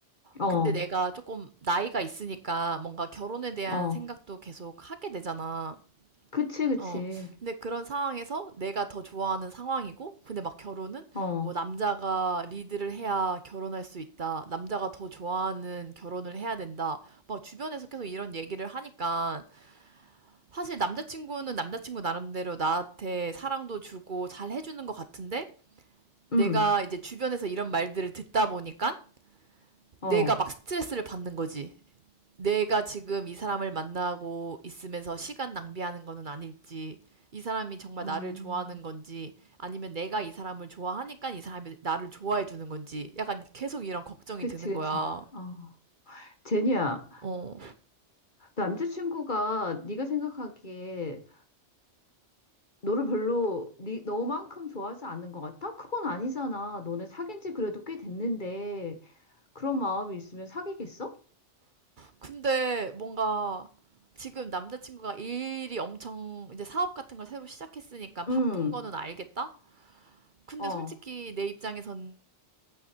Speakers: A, on the left; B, on the right.
A: 어,
B: 근데 내가 조금 나이가 있으니까 뭔가 결혼에 대한
A: 어,
B: 생각도 계속 하게 되잖아
A: 그치, 그치.
B: 어, 근데 그런 상황에서 내가 더 좋아하는 상황이고, 근데 막 결혼은
A: 어,
B: 뭐 남자가 리드를 해야 결혼할 수 있다, 남자가 더 좋아하는 결혼을 해야 된다, 막 주변에서 계속 이런 얘기를 하니까, 사실 남자친구는 남자친구 나름대로 나한테 사랑도 주고 잘 해주는 것 같은데,
A: 음,
B: 내가 이제 주변에서 이런 말들을 듣다 보니까,
A: 어,
B: 내가 막 스트레스를 받는 거지. 내가 지금 이 사람을 만나고 있으면서 시간 낭비하는 거는 아닐지, 이 사람이 정말
A: 음.
B: 나를 좋아하는 건지, 아니면 내가 이 사람을 좋아하니까 이 사람이 나를 좋아해 주는 건지, 약간 계속 이런 걱정이
A: 그치,
B: 드는 거야.
A: 그치. 어, 제니야,
B: 어.
A: 남자친구가 네가 생각하기에 너를 별로 네, 너만큼 좋아하지 않는 것 같아? 그건 아니잖아. 너네 사귄 지 그래도 꽤 됐는데. 그런 마음이 있으면 사귀겠어?
B: 근데 뭔가 지금 남자친구가 일이 엄청 이제 사업 같은 걸 새로 시작했으니까 바쁜
A: 응,
B: 거는 알겠다? 근데
A: 어,
B: 솔직히 내 입장에서는